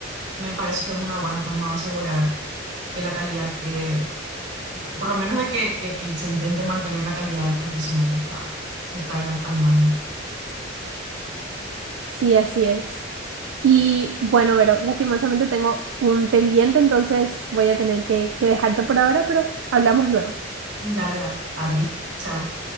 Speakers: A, on the right; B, on the right.
A: Me parece que es una buena forma de asegurar que la calidad quede, por lo menos de que, que- que se intente mantener la calidad del profesional que está, que está ahí al al mando.
B: Sí, así es. Y bueno, Vero, lastimosamente tengo un pendiente, entonces voy a tener que, que dejarte por ahora, pero hablamos luego.
A: Dale, Ad- Adri, chao.